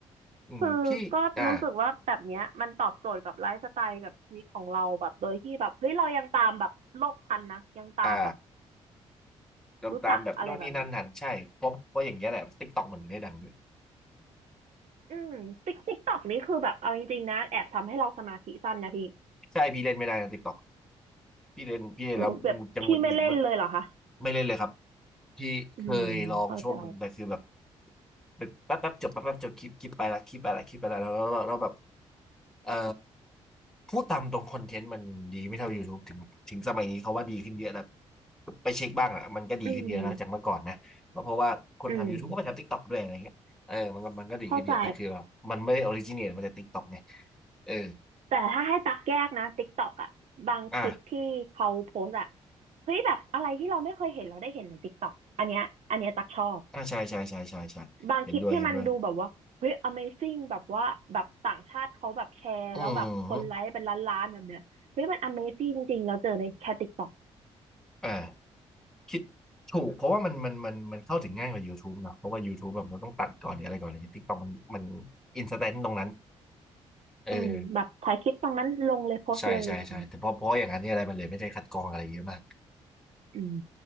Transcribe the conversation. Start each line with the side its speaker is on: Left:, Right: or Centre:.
Centre: อืมพี่อ่า
Right: คือก็รู้สึกว่าแบบเนี้ยมันตอบโจทย์กับไลฟ์สไตล์กับชีวิตของเราแบบโดยที่แบบเฮ้ยเรายังตามแบบโลกทันนะยังตามแบบ
Centre: อ่าลงตามแบบนู่นนี่นั่นหันใช่เพราะเพราะอย่างเงี้ยแหละ
Right: รู้จักอะไรแบบเนี้ย
Centre: t i k t อกมันได้ดังด้วย
Right: อืมติ๊กติ๊กตอกนี้คือแบบเอาจริงๆนะแอบทำให้เราสมาธิสั้นนะพี่
Centre: ใช่พี่เล่นไม่ได้นะติ๊กต็อกพี่เล่นพี่เล่นแล้วจังหงุดหงิดมาก
Right: โอ้โหแบบพี่ไม่เล่นเลยเหรอคะ
Centre: ไม่เล่นเลยครับพี่เคยลองช่วงหนึ่งแต่คือแบบ
Right: อืมเข้าใจ
Centre: แป๊บแป๊บจบแป๊บแป๊บจบคลิปคลิปไปละคลิปไปละคลิปไปละแล้วแล้วแล้วแบบเอ่อพูดตามตรงคอนเทนต์มันดีไม่เท่า YouTube ถึงถึงสมัยนี้เขาว่าดีขึ้นเยอะแล้วไปเช็คบ้างอะมันก็ดีขึ้นเยอะแล้วจากเมื่อก่อนนะเพราะเพราะว่าคนทำ
Right: อืมอืม
Centre: YouTube ก็ไปทำ TikTok ด้วยอะไรเงี้ยเออมันก็มันก็ดีขึ้นเยอะแต่คือแบบมันไม่ได้ออริจิน
Right: เข้าใจ
Centre: t e มาจาก TikTok ไงเออ
Right: แต่ถ้าให้ตักแยกนะติ๊กต็อกอะบางคลิปที่เขาโพสต์อะ
Centre: อ่ะ
Right: เฮ้ยแบบอะไรที่เราไม่เคยเห็นเราได้เห็นในติกตอกอันเนี้ยอันเนี้ยตักชอบ
Centre: อ่าใช่ใช่ใช่ใช่ใช่เห็นด้วยเห็นด้วย
Right: บางคลิปที่มันดูแบบว่าเฮ้ย Amazing แบบว่าแบบต่างชาติเขาแบบแชร์แล้วแบบคนไลค์เป็นล้านๆแบบเนี้ยเฮ้ยมัน
Centre: อืม
Right: Amazing จริงๆเราเจอในแค่ติกตอก
Centre: อ่าคิดถูกเพราะว่ามันมันมันมันเข้าถึงง่ายกว่า YouTube เนอะเพราะว่า YouTube แบบเราต้องตัดก่อนหรืออะไรก่อนเลยติ๊กต็อกมันมันอินสแตนต์ตรงนั้นเออ
Right: อืมแบบถ่ายคลิปตรงนั้นลงเลยโพสต์เลยแบบเนี้ย
Centre: ใช่ใช่ใช่แต่เพราะเพราะอย่างนั้นเนี่ยอะไรมันเลยไม่ได้คัดกรองอะไรเยอะมาก
Right: อืม